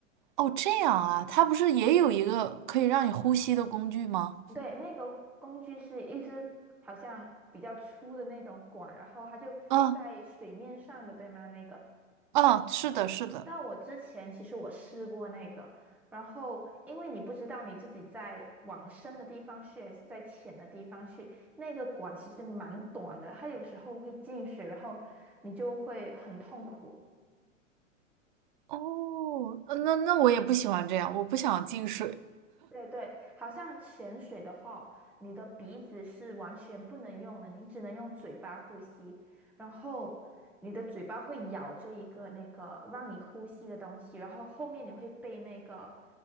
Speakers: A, on the right; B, in the centre.
A: 哦，这样啊，它不是也有一个可以让你呼吸的工具吗？
B: 对，那个工具是一支好像比较粗的那种管，然后它就在水面上的，
A: 嗯
B: 对吗？那个。
A: 嗯，是的，是的。
B: 但我之前其实我试过那个，然后因为你不知道你自己在往深的地方去还是在浅的地方去，那个管其实蛮短的，它有时候会进水，然后你就会很痛苦。
A: 哦，呃那那我也不喜欢这样，我不想进水。
B: 对对，好像潜水的话哦，你的鼻子是完全不能用的，你只能用嘴巴呼吸，然后你的嘴巴会咬着一个那个让你呼吸的东西，然后后面你会被那个